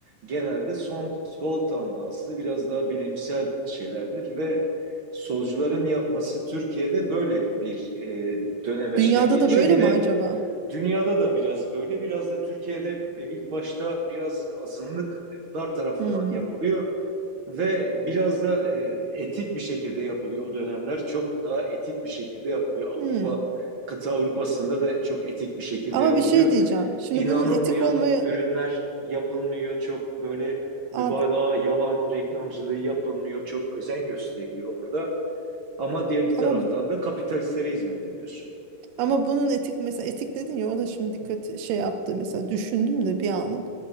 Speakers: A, on the right; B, on the right.
A: genelde son sol tandanslı biraz daha bilimsel şeylerdir ve solcuların yapması Türkiye'de böyle bir e, dönemeçten
B: Dünyada
A: geçiyor.
B: da böyle
A: Bir
B: mi
A: de
B: acaba?
A: dünyada da biraz böyle, biraz da Türkiye'de e, ilk başta biraz azınlıklar tarafından
B: Hmm.
A: yapılıyor. Ve biraz da e, etik bir şekilde yapılıyor o dönemler. Çok daha etik bir şekilde yapılıyor. Avrupa,
B: Hmm.
A: kıta Avrupa'sında da çok etik bir şekilde
B: Ama
A: yapılıyor.
B: bir şey diyeceğim. Şimdi
A: İnanılmayan
B: bunun etik olmaya
A: ürünler yapılmıyor. Çok böyle mübalağa,
B: Ad-
A: yalan reklamcılığı yapılmıyor. Çok özen gösteriliyor orada. Ama diğer bir taraftan
B: ama
A: da kapitalistlere hizmet ediyorsun.
B: Ama bunun etik mesela etik dedin ya o da şimdi dikkat şey yaptı mesela düşündüm de bir anlık.